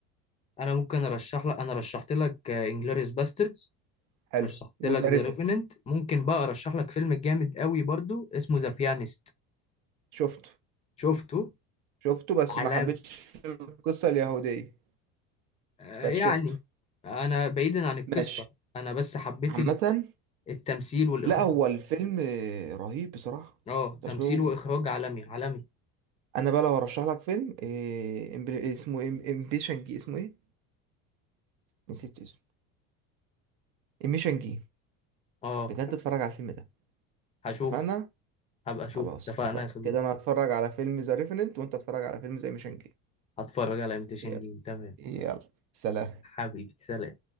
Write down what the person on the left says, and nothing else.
انا ممكن ارشح لك انا رشحت لك انجلوريوس باستردز
رشحت
لك
ذا ريفننت ممكن بقى ارشح لك فيلم جامد قوي برضو اسمه
ذا بيانست
شفته
علام
آه،
يعني
انا بعيدا عن القصة
انا بس حبيت
ال- التمثيل والاخراج
اه
تمثيل واخراج عالمي عالمي
اه
هشوف
هبقى اشوف
اتفقنا
يا صديقي
هتفرج على ايميتيشن
جيم تمام
حبيبي سلام